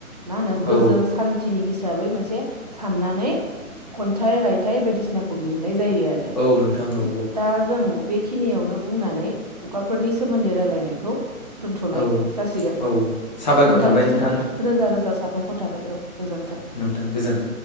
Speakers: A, on the right; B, on the left.
A: मा होनो
B: औ
A: गोजों सान्थिनि हि साबै मोनसे साननानै खन्थाइ रायथाइ बायदिसिनाखौ लिरनाय जायो। दा
B: औ नोंथां औ
A: जों बेखिनियावनो बुंनानै अखाफोरनि सोमोन्दै रायलायनायखौ दोनथ'नाय
B: औ
A: जासिगोन
B: औ साबायखर
A: नोंथांनिसिम
B: थाबाय नोंथां
A: रोजा रोजा साबाय खर थाबाय औ गोजोन्थों।
B: नोंथां गोजोन्थों